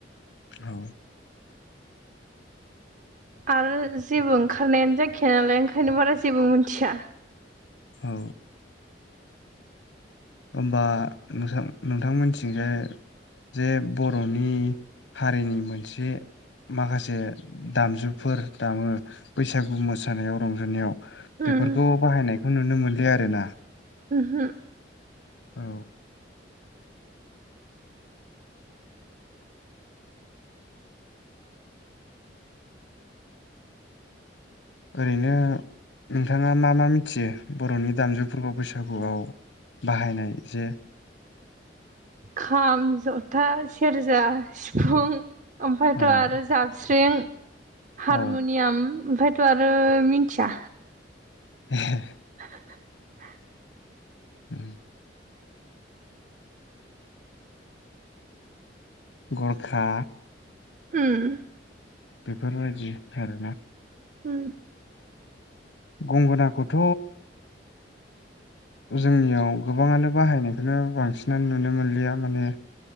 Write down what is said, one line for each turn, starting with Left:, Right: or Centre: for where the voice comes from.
Left: औ
Right: आरो जेबो ओंखारनायानो जायाखाया नालाय ओंखायनो बारा जेबो मिथिया
Left: औ होमबा नोंसा नोंथांमोननिथिंजाय जे बर'नि हारिनि मोनसे माखासे दामजुफोर दामो बैसागु मोसानायाव रंजानायाव
Right: उम
Left: बेफोरखौ बाहायनायखौ नुनो मोनलिया आरोना
Right: ओहो
Left: औ ओरैनो नोंथाङा मा मा मिथियो बर'नि दामजुफोरखौ बैसागुआव बाहायनाय जे
Right: खाम जथा सेरजा सिफुं ओमफ्रायथ'
Left: औ
Right: आरो जाबस्रिं हारमुनियाम
Left: औ
Right: ओमफ्राय थ'आरो मिन्थिया
Left: <inaudible>
Right: <inaudible>
Left: ओम गरखा
Right: उम
Left: बेफोरबायदि आरोना
Right: उम
Left: गंगोनाखौथ' जोंनियाव गोबाङानो बाहायनायखौनो बांसिनानो नुनो मोनलिया माने